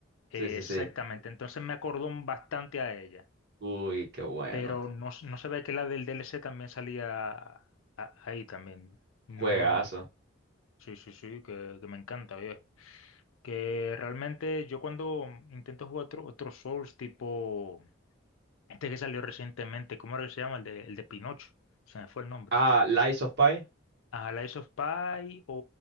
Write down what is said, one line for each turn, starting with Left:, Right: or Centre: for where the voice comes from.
Left: exactamente.
Right: Sí, sí, sí.
Left: Entonces me acordó bastante a ella,
Right: Uy, qué bueno.
Left: pero no, s- no sabía que la del D L C también salía a- ahí también. No,
Right: Juegazo.
Left: sí, sí, sí, que, que me encanta, oye. Que realmente yo cuando intento jugar otro, otro Souls tipo este que salió recientemente, ¿cómo era que se llama? El de, el de Pinocho, se me fue el nombre.
Right: Ah, Lies of Pi.
Left: a Lies of Pi o,